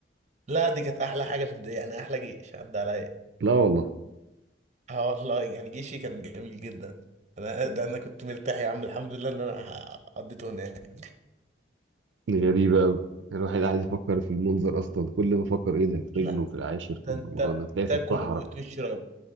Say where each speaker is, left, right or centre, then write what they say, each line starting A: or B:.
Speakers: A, on the right; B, on the right.
A: لا دي كانت أحلى حاجة في الدنيا يعني أحلى جيش عدى عليا
B: لا والله
A: آه والله يعني جيشي كان جميل جدا أنا ده أنا كنت مرتاح يا عم الحمد لله إن أنا قضيته هناك
B: دي غريبة أوي الواحد قاعد يفكر في المنظر أصلا كل ما أفكر إيه ده هتجنوا
A: لا
B: في العاشر
A: ده
B: في رمضان
A: أنت
B: هتلاقي
A: بتاكل
B: في الصحراء
A: وتشرب